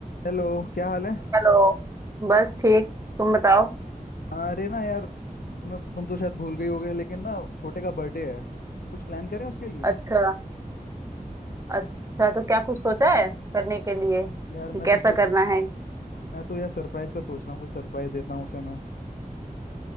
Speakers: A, on the left; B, on the right.
A: Hello क्या हाल है
B: Hello बस ठीक तुम बताओ
A: अ- अरे ना यार तुम्हें तुम तो शायद भूल गई होगे लेकिन ना छोटे का बर्थडे है कुछ प्लान करें उसके लिए
B: अच्छा अच्छा तो क्या कुछ सोचा है करने के लिए कि
A: यार मैं
B: कैसा
A: तो सोच
B: करना है
A: मैं तो यार सरप्राइज का सोच रहा हूँ कुछ सरप्राइज देता हूँ उसे मैं